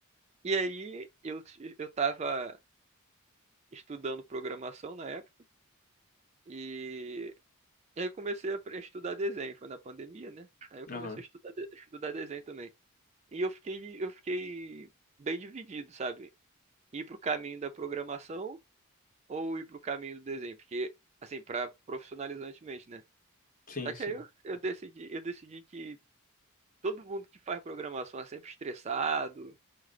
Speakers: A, on the right; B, on the left.
A: E aí eu, eu tava estudando programação na época, e aí eu comecei a pre- estudar desenho, foi na pandemia, né? Aí eu comecei
B: Aham.
A: a estudar, de- estudar desenho também. E eu fiquei, eu fiquei bem dividido, sabe? Ir pro caminho da programação ou ir pro caminho do desenho, porque assim, para profissionalizantemente, né?
B: Sim,
A: Só
B: sim.
A: que aí eu, eu decidi, eu decidi que todo mundo que faz programação é sempre estressado,